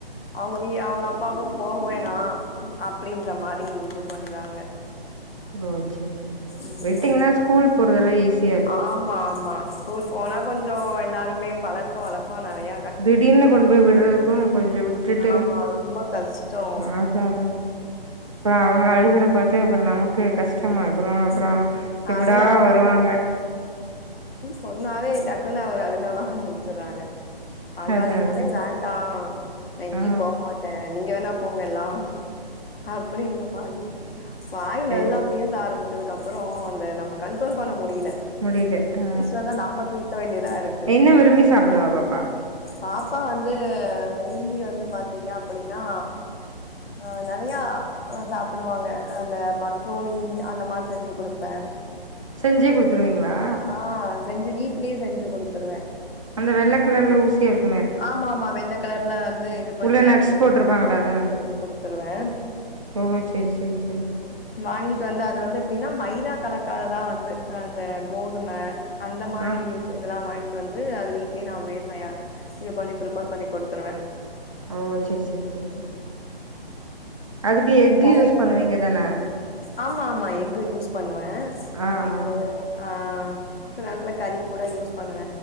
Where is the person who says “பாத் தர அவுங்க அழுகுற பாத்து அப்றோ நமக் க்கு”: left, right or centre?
Right